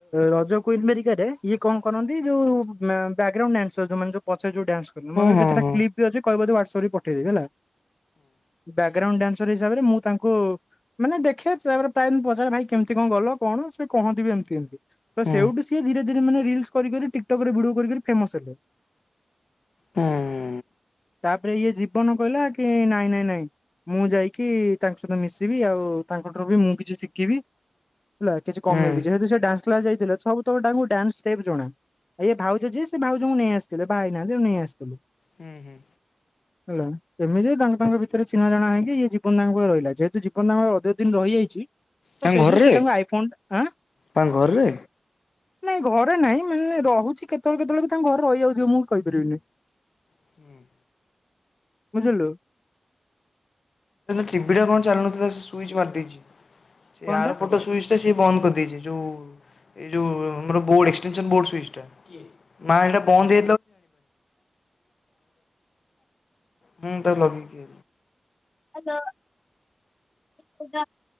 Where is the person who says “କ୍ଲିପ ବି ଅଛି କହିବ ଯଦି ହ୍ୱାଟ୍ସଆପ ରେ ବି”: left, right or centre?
Left